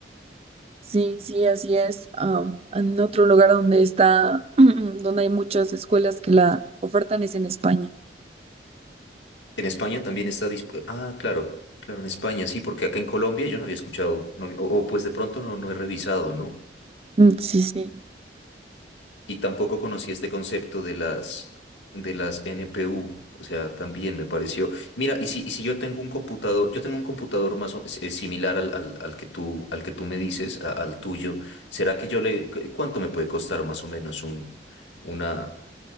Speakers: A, on the right (about 35°); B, on the left (about 85°).
A: Sí, sí, así es. Am, en otro lugar donde está, <clears throat> donde hay muchas escuelas que la ofertan es en España.
B: En España también está dispuesta. Ah, claro, claro, en España sí, porque acá en Colombia yo no había escuchado, no- o, o pues de pronto no, no he revisado, ¿no?
A: Mm, Sí, sí.
B: Y tampoco conocí este concepto de las, de las NPU, o sea, también me pareció. Mira, y si, y si yo tengo un computador, yo tengo un computador más o- eh, similar al, al- al que tú, al que tú me dices, a- al tuyo, ¿será que yo le, cu- cuánto me puede costar más o menos un, una,